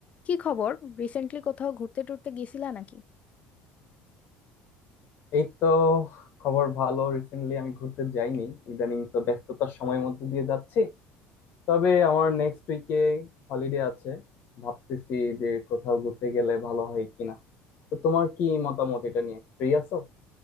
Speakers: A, on the left; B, on the left.
A: কি খবর রিসেন্টলি কোথাও ঘুরতে টুরতে গেছিলা নাকি
B: এই তো খবর ভালো রিসেন্টলি আমি ঘুরতে যাইনি ইদানিং তো ব্যস্ততার সময়ের মধ্যে দিয়ে যাচ্ছি তবে আমার নেক্সট উইকে হলিডে আছে ভাবতেছি যে কোথাও ঘুরতে গেলে ভালো হয় কিনা তো তোমার কি মতামত এটা নিয়ে ফ্রি আছো